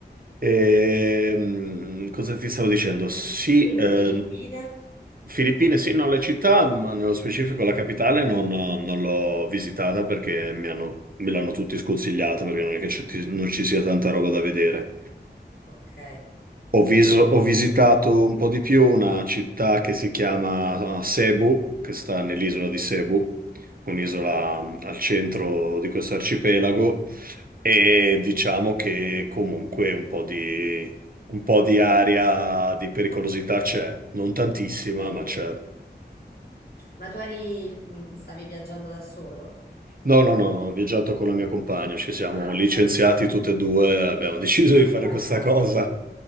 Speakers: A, on the right (about 55°); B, on the left (about 55°).
A: Ehm, cosa ti stavo dicendo? Sì,
B: Quindi
A: eh,
B: Filippine,
A: Filippine, sì, no, la città, ma nello specifico la capitale non, non l'ho visitata perché mi hanno- me l'hanno tutti sconsigliata perché non è che ci- non ci sia tanta roba da vedere.
B: ok.
A: Ho, vis- ho visitato un po' di più una città che si chiama uh, Cebu, che sta nell'isola di Cebu, un'isola
B: ah,
A: mm, al centro di questo arcipelago, e diciamo che comunque un po' di, un po' di aria di pericolosità c'è, non tantissima,
B: sì.
A: ma c'è.
B: Ma tu eri, mh, stavi viaggiando da solo?
A: No, no, no, no, ho viaggiato con la mia compagna, ci siamo
B: Ah,
A: licenziati
B: ok. perfetto.
A: tutte e due, abbiamo <laughs> deciso
B: Ah,
A: di fare
B: fantastico.
A: questa cosa.